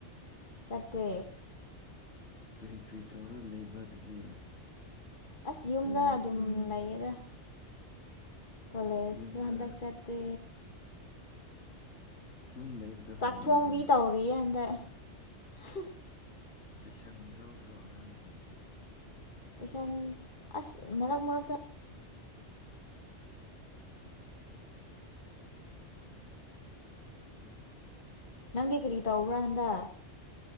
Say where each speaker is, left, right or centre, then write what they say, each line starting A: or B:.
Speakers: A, on the left (about 45°); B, on the left (about 75°).
A: ꯆꯇ
B: ꯀꯔꯤ ꯀꯔꯤ ꯇꯧꯔ ꯂꯩꯕ꯭ꯔꯥꯗꯗꯤ
A: ꯑꯁ ꯌꯨꯝꯗ ꯑꯗꯨꯝ ꯂꯩꯌꯦꯗ ꯀꯣꯂꯦꯖꯁꯨ
B: ꯌꯨꯝꯗ
A: ꯍꯟꯗꯛ ꯆꯠꯇꯦ
B: ꯑꯗꯨꯝ ꯂꯩꯕꯗꯣ
A: ꯆꯥꯛꯊꯣꯡꯕꯤ
B: ꯍꯩꯅꯕ꯭ꯔꯣꯅꯦ
A: ꯇꯧꯔꯤꯌꯦ <unintelligible>
B: ꯇꯨꯏꯁꯟ ꯂꯧꯗ꯭ꯔꯣ ꯑꯉꯥꯡꯁꯤꯡ
A: ꯇꯨꯏꯁꯟ ꯑꯁ ꯃꯔꯛ ꯃꯔꯛꯇ ꯅꯪꯗꯤ ꯀꯔꯤ ꯇꯧꯕ꯭ꯔꯥ ꯍꯟꯗ